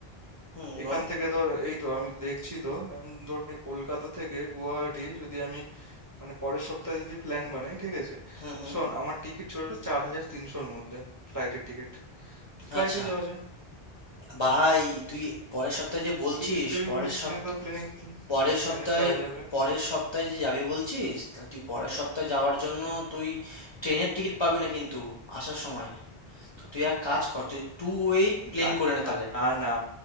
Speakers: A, on the left (about 35°); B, on the right (about 25°).
A: হুম বল
B: এখান থেকে ধর এই তো আমি দেখছি তো এখন ধর কলকাতা থেকে গুয়াহাটি যদি আমি মানে পরের সপ্তাহে যদি প্ল্যান বানাই ঠিক আছে
A: হুম হুম
B: শোন আমার টিকিট চলে চার হাজার তিনশোর মধ্যে ফ্লাইটের টিকিট তো ফ্লাইটেই
A: আচ্ছা
B: যাওয়া যায়
A: ভাই তুই পরের সপ্তাহে যে বলছিস
B: তুই যদি যাবি
A: পরের
B: বলিস
A: সপ্তাহে
B: প্লেনে প্লেনে
A: পরের সপ্তাহে
B: প্লেনে যাওয়া যাবে
A: পরের সপ্তাহে যে যাবি বলছিস তা তুই পরের সপ্তাহে যাওয়ার জন্য তুই ট্রেনের টিকিট পাবি না কিন্তু আসার সময় তো তুই এক কাজ কর তুই টু ওয়েট প্লেন
B: আর
A: করে নে তাহলে
B: আর- না না